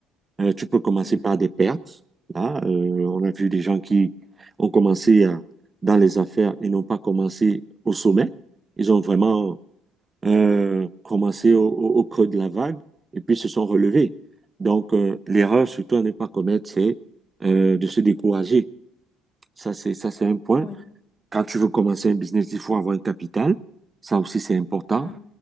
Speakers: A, on the right (about 25°); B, on the left (about 40°).
A: Euh, tu peux commencer
B: Mm.
A: par des pertes. Là, euh, on a vu des gens qui ont commencé à- dans les affaires et n'ont pas commencé au sommet. Ils ont vraiment euh, commencé au, au- au creux de la vague et puis se sont relevés. Donc, euh, l'erreur, surtout à ne pas commettre, c'est euh, de se décourager. Ça, c'est, ça, c'est un point.
B: Oui.
A: Quand tu veux commencer un business, il faut avoir un capital. Ça aussi, c'est important.
B: Mm.